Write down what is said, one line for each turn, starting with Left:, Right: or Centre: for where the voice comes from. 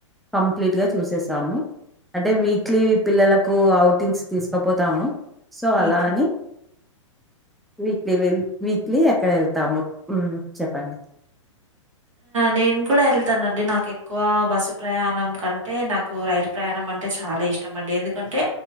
Centre: కంప్లీట్ గా చూసేసాము అంటే వీక్లీ పిల్లలకు అవుట్ టింగ్స్ తీసుకుపోతాము సో అలా
Right: ఓకే.
Centre: అని వీక్లీ వెల్ వీక్లీ అక్కడ వెళ్తాము మ్ చెప్పండి
Right: నేను కూడా వెళ్తానండి నాకు ఎక్కువ బస్సు ప్రయాణం కంటే నాకు రైలు ప్రయాన్ నం అంటే చాలా ఇష్టమండి ఎందుకంటే